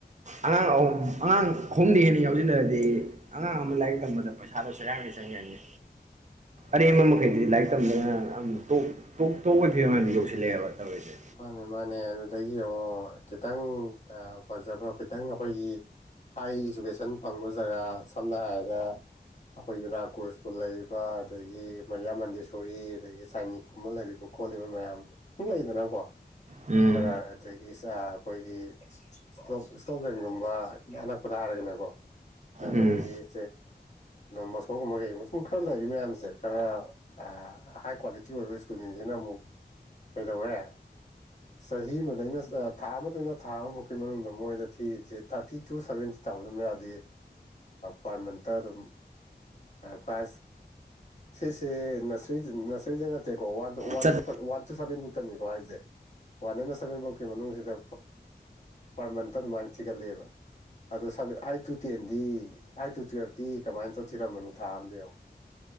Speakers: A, on the right (about 45°); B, on the left (about 40°).
A: ꯑꯉꯥꯡ ꯑ ꯑꯉꯥꯡ ꯍꯍꯨꯝꯅ ꯍꯦꯟꯅ ꯌꯥꯎꯁꯤꯜꯂꯛꯑꯗꯤ ꯑꯉꯥꯡ ꯑꯃ ꯂꯥꯏꯔꯤꯛ ꯇꯝꯕꯗ ꯄꯩꯁꯥꯗꯣ ꯁꯦꯒꯥꯏꯉꯅ ꯆꯪꯒꯔꯅꯤ ꯑꯔꯦꯝꯕ ꯃꯈꯩꯗꯨꯗꯤ ꯂꯥꯏꯔꯤꯛ ꯇꯝꯗꯅꯝ ꯇꯣꯛ ꯇꯣꯛꯄꯒꯤ ꯐꯤꯕꯝ ꯑꯃꯣ ꯌꯧꯁꯤꯜꯂꯛꯑꯦꯕ ꯇꯧꯔꯤꯁꯦ
B: ꯃꯥꯅꯦ ꯃꯥꯅꯦ ꯑꯗꯨꯗꯒꯤ ꯌꯦꯡꯉꯣ ꯈꯤꯇꯪ ꯐꯖꯕ ꯈꯤꯇꯪ ꯑꯩꯈꯣꯏꯒꯤ ꯍꯥꯏ ꯏꯗꯨꯨꯀꯦꯁꯟ ꯐꯪꯕ ꯖꯒꯥ ꯁꯝꯅ ꯍꯥꯏꯔꯕꯗ ꯑꯩꯈꯣꯏ ꯌꯨꯅꯥꯀꯣꯁꯀꯨꯜ ꯂꯩꯔꯤꯕ ꯑꯗꯒꯤ ꯃꯔꯤꯌꯥꯃꯟꯗꯦꯁꯣꯔꯤ ꯑꯗꯒꯤ ꯁꯥꯏꯅꯤꯛꯀꯨꯝꯕ ꯂꯩꯔꯤꯕ ꯈꯣꯜꯂꯤꯕ ꯃꯌꯥꯝ ꯁꯨꯝ ꯂꯩꯗꯅꯪꯀꯣ
A: ꯎꯝ
B: ꯈꯔ ꯑꯗꯒꯤ ꯑꯩꯈꯣꯏꯒꯤ ꯏꯁꯇꯣꯞ ꯂꯦꯟꯒꯨꯝꯕ ꯑꯅꯛꯄꯗ ꯍꯥꯏꯔꯒꯅꯀꯣ ꯑꯗꯒꯤꯦ
A: ꯎꯝ
B: ꯅꯣꯟ ꯃꯣꯁꯀꯣꯒꯨꯝꯕ ꯀꯩ ꯁꯨꯝ ꯈꯔ ꯂꯩꯔꯤ ꯃꯌꯥꯝꯁꯦ ꯈꯔ ꯍꯥꯏ ꯀ꯭ꯋꯥꯂꯤꯇꯤ ꯑꯣꯏꯕ ꯁ꯭ꯀꯨꯜꯁꯤꯡꯁꯤꯅ ꯑꯃꯨꯛ ꯀꯩꯗꯧꯔꯦ ꯆꯍꯤ ꯑꯃꯗꯒꯤꯩꯅ ꯊꯥ ꯑꯃꯗꯩꯅ ꯊꯥ ꯑꯃ ꯐꯥꯎꯒꯤ ꯃꯅꯨꯡꯗ ꯃꯣꯏꯗ ꯊꯤꯔꯤꯁꯦ ꯊꯥꯔꯇꯤ ꯇꯨ ꯁꯚꯦꯟꯇꯤ ꯊꯥꯎꯖꯟ ꯌꯥꯗꯤ ꯄꯥꯔꯃꯦꯟꯇ ꯑꯗꯨꯝ ꯀ꯭ꯂ ꯁꯤꯁꯦ ꯅꯁꯔꯤ ꯅꯁꯔꯤꯗ ꯅꯠꯇꯦꯀꯣ ꯋꯥꯟ ꯇ ꯋꯥꯟ
A: ꯆꯠ
B: ꯇꯨ ꯋꯥꯟ ꯇꯨ ꯁꯚꯦꯟ ꯃꯨꯛꯇꯅꯤꯀꯣ ꯍꯥꯏꯁꯦ ꯋꯥꯟ ꯍꯟ ꯁꯚꯦꯟ ꯐꯥꯎꯀꯤ ꯃꯅꯨꯡꯁꯤꯗ ꯄꯔ ꯃꯟꯇ ꯑꯗꯨꯃꯥꯏꯅ ꯊꯤꯒꯠꯂꯤꯦꯕ ꯑꯗꯣ ꯑꯠ ꯇꯨ ꯇꯦꯟꯗꯤ ꯑꯩꯠ ꯇꯨ ꯇꯨꯌꯦꯜꯐꯇꯤ ꯀꯃꯥꯏꯅ ꯇꯧꯁꯤꯔꯝꯕꯅꯤ ꯊꯥ ꯑꯝꯗ ꯌꯦꯉꯣ